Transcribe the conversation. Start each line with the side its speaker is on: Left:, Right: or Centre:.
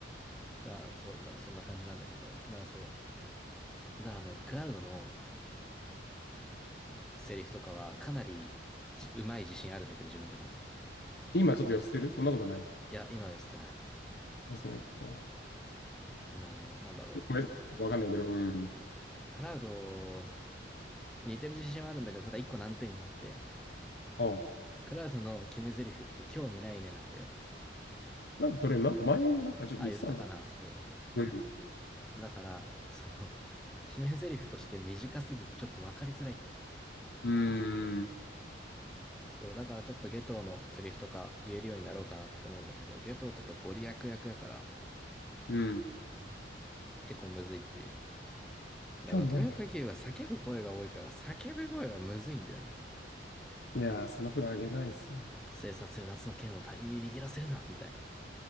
Centre: だから、そう、な、そんな感じなんだけど。だ、そう。だ、あの、クラウドのセリフとかはかなりじ、うまい自信あるんだけど、自分でも。
Left: 今ちょっと寄せてるそんなことない。
Centre: いや、今は寄せてない。
Left: 寄せないか。あご
Centre: その、なんだろう。
Left: めんわかんないけど、うん。
Centre: クラウド、似てる自信はあるんだけど、ただ一個難点があって、
Left: あ、
Centre: クラウドの決め台詞って興味ないねなんだよ。
Left: なんかそれ、なんか前、なんかちょっと言ってたな。
Centre: あ、言ったかなそう。
Left: うん。
Centre: だから、その、<laughs> 決め台詞として短すぎてちょっと分かりづらいっ
Left: うーん。
Centre: ていう。そう、だからちょっとゲトウのセリフとか言えるようになろうかなって思うんだけど、ゲトウとかゴリ役役やから
Left: うん。
Centre: 結構むずいっていう。だから富岡義勇は叫ぶ声が多いから叫ぶ声はむずいんだよね。
Left: 興味ないね。いやー、そんなふうあげないっすよ。
Centre: 生殺与奪の剣を他人に握らせるな、みたいな。